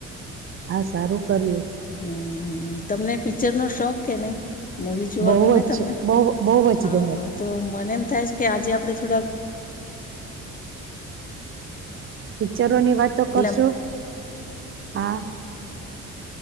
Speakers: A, on the right (about 45°); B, on the left (about 30°).
A: હા સારું કર્યું.
B: હમ તમને પિક્ચરનો શોખ કે નહીં મૂવી જોવા
A: બહુ
B: ગમે તમને?
A: જ બહુ બહુ
B: હા
A: જ ગમે
B: તો મને એમ થાય કે આજે આપણે થોડા
A: પિક્ચરો ની વાત તો
B: પહેલા-
A: કરશું હા